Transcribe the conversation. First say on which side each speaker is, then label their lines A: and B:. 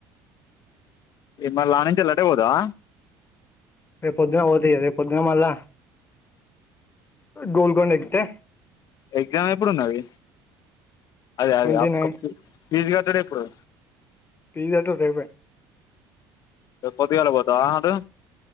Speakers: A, on the left; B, on the left.
A: ఇగ్ మల్లా ఆనించెల్లి అటే బోతవా?
B: రేపు పొద్దున బోత ఇగ. రేపు పొద్దున మళ్ళా గోల్కొండ ఎక్కితే
A: ఎగ్జామ్ ఎప్పుడున్నది? అదే
B: ట్వంటీ
A: అదే ఆప్
B: నైన్
A: కప్పూ ఫీజు కట్టుడు ఎప్పుడు?
B: ఫీజు గట్టుడు అయిపాయే.
A: రేప్ పొద్దుగాల బోతవా అటూ?